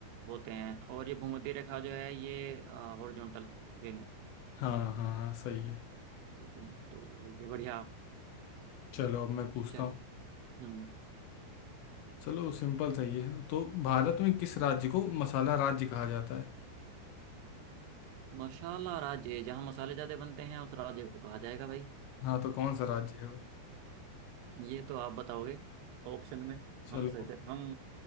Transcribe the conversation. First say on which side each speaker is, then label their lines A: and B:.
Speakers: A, on the right; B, on the left.
A: होते हैं और ये भूमध्य रेखा जो है ये हॉरिजॉन्टल वे में
B: हाँ हाँ हाँ सही है
A: ठीक है तो ये बढ़िया आप
B: चलो अब मैं पूछता
A: चलिए
B: हूँ
A: हम्म
B: चलो सिंपल सही है तो भारत में किस राज्य को मसाला राज्य कहा जाता है
A: मसाला राज्य जहाँ मसाले ज्यादा बनते हैं उस राज्य को कहा जाएगा भाई
B: हाँ तो कौन सा राज्य है वो
A: ये तो आप बताओगे ऑप्शन में
B: चलो
A: हम से, से हम